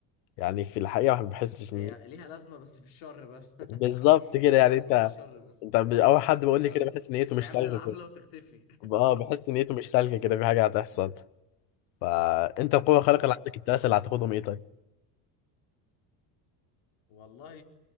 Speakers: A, on the left (about 85°); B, on the left (about 70°).
A: يعني في الحقيقه ما بحسش
B: هي
A: ان
B: ليها لازمة بس في الشر بس
A: بالظبط
B: <laughs>
A: كده
B: ليها
A: يعني
B: لازمة
A: انت
B: في الشر بس
A: انت ب- اول حد بقول
B: اه
A: لي كده بحس نيته مش
B: تعمل
A: سالكه
B: العملة
A: كده
B: وتختفي
A: اه بحس نيته مش سالكه كده في حاجه هتحصل فانت القوة الخارقة
B: <laughs> اه
A: اللي عندك التلاتة اللي هتاخدهم ايه طيب؟
B: والله